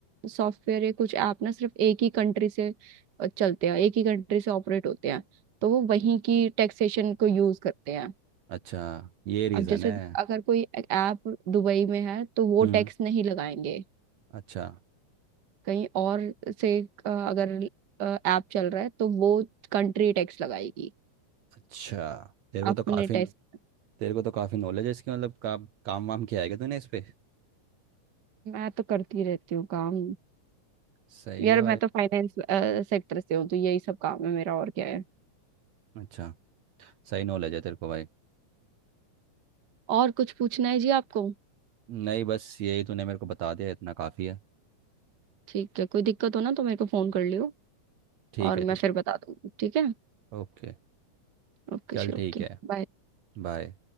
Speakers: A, on the right; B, on the right.
A: सॉफ्टवेयर या कुछ ऐप ना सिर्फ एक ही कंट्री से अ, चलते हैं एक ही कंट्री से ऑपरेट होते हैं तो वो वहीं की टैक्सेशन को यूज करते हैं
B: अच्छा ये रीजन
A: अब जैसे
B: है
A: अगर कोई ऐप दुबई में है तो वो
B: हम्म
A: टैक्स नहीं लगाएंगे
B: अच्छा
A: कहीं और से अ, अगर ऐप चल रहा है तो वो कंट्री टैक्स लगाएगी
B: अच्छा तेरे को
A: अपने
B: तो काफी
A: टेस्ट
B: तेरे को तो काफी नॉलेज है इसकी मतलब का, काम वाम किया है क्या तूने इस पे
A: मैं तो करती रहती हूँ काम
B: सही
A: यार
B: है भाई
A: मैं तो फाइनेंस सेक्टर से हूँ तो यही सब काम है मेरा और क्या है
B: अच्छा सही नॉलेज है तेरे को भाई
A: और कुछ पूछना है जी आपको
B: नहीं बस यही तूने मेरे को बता दिया इतना काफी है
A: ठीक है कोई दिक्कत हो ना तो मेरे को फोन कर लियो
B: ठीक
A: और
B: है ठीक
A: मैं फिर बता दूंगी ठीक है
B: ओके
A: ओके
B: चल
A: जी
B: ठीक
A: ओके
B: है
A: बाय
B: बाय